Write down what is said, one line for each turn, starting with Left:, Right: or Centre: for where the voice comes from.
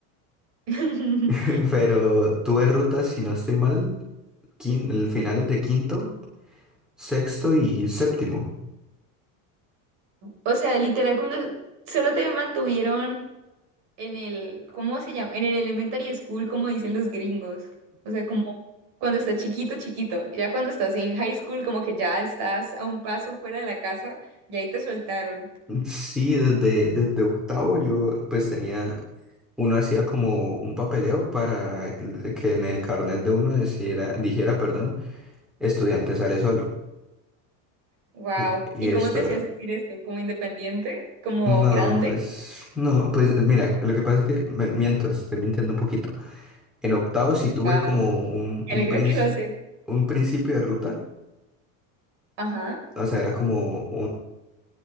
Right: <laughs>
Centre: <laughs> Pero tuve ruta, si no estoy mal, quin- el finales de quinto sexto y séptimo.
Right: O sea, literal, cuando solo te mantuvieron. en el, ¿cómo se llama? En el elementary school, como dicen los gringos. O sea, como cuando estás chiquito, chiquito. Y Ya cuando estás en high school, como que ya estás a un paso fuera de la casa y ahí te soltaron.
Centre: Sí, desde, desde octavo yo pues tenía, uno hacía como un papeleo para que que en el carnet de uno dijera, dijera, perdón, estudiante sale solo.
Right: Wow.
Centre: Y, y
Right: ¿Y
Centre: esto,
Right: cómo te hacía sentir eso? ¿Como independiente? ¿Como
Centre: no,
Right: grande?
Centre: pues, no, pues mira, lo que pasa es que, me- miento, estoy mintiendo un poquito. En octavo sí tuve
Right: Wow.
Centre: como un, un,
Right: Me alegra
Centre: princ-
Right: que lo haces.
Centre: un principio de ruta,
Right: Ajá.
Centre: o sea, era como